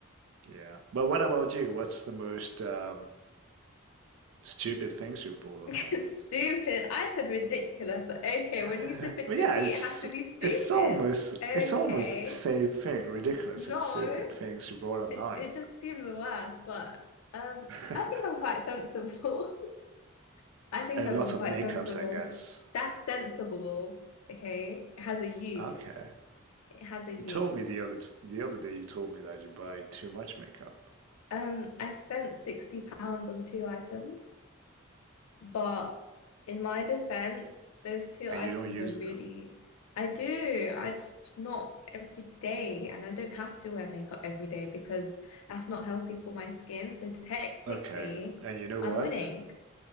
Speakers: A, on the right; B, on the left.
A: yeah. But what about you? What's the most um, stupid things you've bought online,
B: <laughs>
A: basically?
B: Stupid. I said ridiculous, but okay,
A: <laughs>
B: when you flip it
A: Well,
B: to
A: yeah,
B: me,
A: it's
B: it has to be stupid.
A: it's almost
B: Okay.
A: it's almost the same thing. Ridiculous
B: No,
A: and stupid things you bought online.
B: it it just seems the worst. but um
A: <laughs>
B: I think I'm quite
A: A
B: sensible. <laughs> I think
A: lot
B: I've been
A: of
B: quite
A: makeups,
B: sensible.
A: I guess.
B: That's sensible. Okay. It has a use.
A: Okay.
B: It has a use.
A: You told me the other the other day you told me that you buy too much makeup
B: Um, I spent 60 pounds on two items. But in my defense, those two
A: and
B: items
A: you don't use
B: are really,
A: them.
B: I do. I just, just not every day. And I don't have to wear makeup every day because that's not healthy for my skin. So technically,
A: Okay. And you know what?
B: I'm winning.